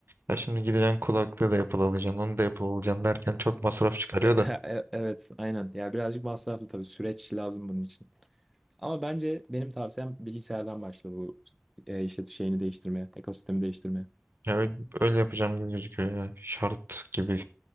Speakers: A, on the right; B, in the centre.
A: ya şimdi gideceksin kulaklığı da Apple alacaksın onu da Apple alacaksın derken çok masraf çıkarıyor
B: E-
A: da.
B: e- Evet, aynen. Ya birazcık masraflı tabii. Süreç lazım bunun için. Ama bence benim tavsiyem bilgisayardan başla bu e, işlet şeyini değiştirmeye, ekosistemi değiştirmeye.
A: Ya öyle, öyle yapacağım gibi gözüküyor ya şart gibi.